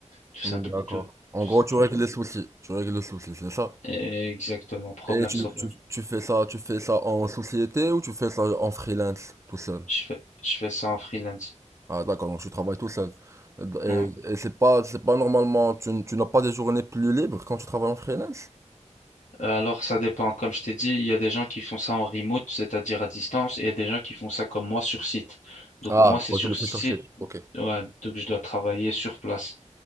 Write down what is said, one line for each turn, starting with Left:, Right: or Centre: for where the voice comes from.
Left: tout simple,
Right: Mm, D'accord.
Left: tout, tout
Right: En gros,
Left: simplement.
Right: tu règles les soucis. Tu règles les soucis, c'est ça?
Left: Exactement, problème
Right: Et tu,
Left: solver.
Right: tu, tu fais ça, tu fais ça en société ou tu fais ça en freelance, tout seul?
Left: Je fais, je fais ça en freelance.
Right: Ah, d'accord, donc tu travailles tout seul. Et,
Left: Ouais.
Right: et c'est pas, c'est pas normalement, tu, n- tu n'as pas des journées plus libres quand tu travailles en freelance?
Left: Euh, Alors, ça dépend. Comme je t'ai dit, il y a des gens qui font ça en remote, c'est-à-dire à distance, et il y a des gens qui font ça comme moi sur site. Donc,
Right: Ah,
Left: moi, c'est
Right: bon,
Left: sur
Right: tu le
Left: site,
Right: fais sur site. Ok.
Left: ouais, donc je dois travailler sur place.